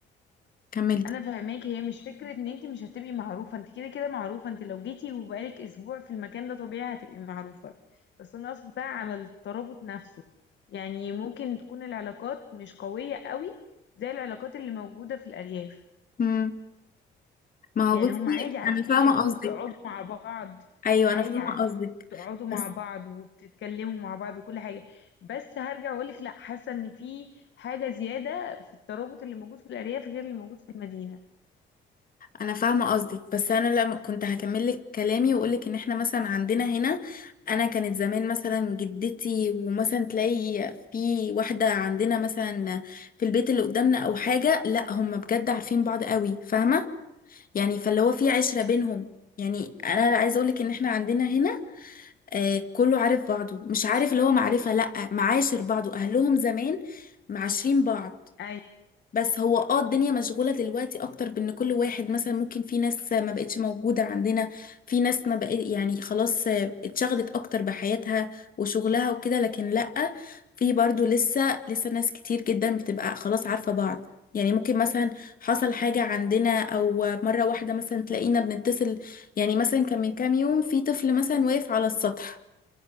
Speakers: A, on the left; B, on the left.
A: كملي
B: انا فاهماكي هي مش فكره ان انت مش هتبقي معروفه انت كده كده معروفه انت لو جيتي وبقالك اسبوع في المكان ده طبيعي هتبقي معروفه بس انا قصدي بقى على الترابط نفسه يعني ممكن تكون العلاقات مش قويه قوي زي العلاقات اللي موجوده في الارياف
A: مم. ما
B: يعني
A: هو بصي
B: هم عادي عارفينك
A: انا فاهمه
B: وبتقعدوا
A: قصدك
B: مع بعض
A: ايوه انا
B: عادي
A: فاهمه
B: عارفين
A: قصدك
B: بتقعدوا مع
A: بس
B: بعض وبتتكلموا مع بعض وكل حاجه بس هرجع اقولك لا حاسه ان في حاجه زياده في الترابط اللي موجود في الارياف غير اللي موجود في المدينه
A: انا فاهمه قصدك بس انا لما كنت هكمل لك كلامي واقول لك ان احنا مثلا عندنا هنا انا كانت زمان مثلا جدتي ومثلا تلاقي في واحده عندنا مثلا في البيت اللي قدامنا او حاجه لا هم بجد عارفين بعض قوي فاهمه يعني فاللي هو في عشره بينهم يعني انا عايزه اقول لك ان احنا عندنا هنا آه كله عارف بعضه مش عارف اللي هو معرفه لا معاشر بعضه اهلهم زمان معاشرين بعض
B: ايوه
A: بس هو اه الدنيا مشغولة دلوقتي اكتر بان كل واحد مثلا ممكن في ناس ما بقتش موجودة عندنا في ناس ما بقت يعني خلاص آه، اتشغلت اكتر بحياتها وشغلها وكده لكن لأ في برضو لسه لسه ناس كتير جدا بتبقى خلاص عارفة بعض يعني ممكن مثلا حصل حاجة عندنا او مرة واحدة مثلا تلاقينا بنتصل يعني مثلا كان من كام يوم في طفل مثلا واقف على السطح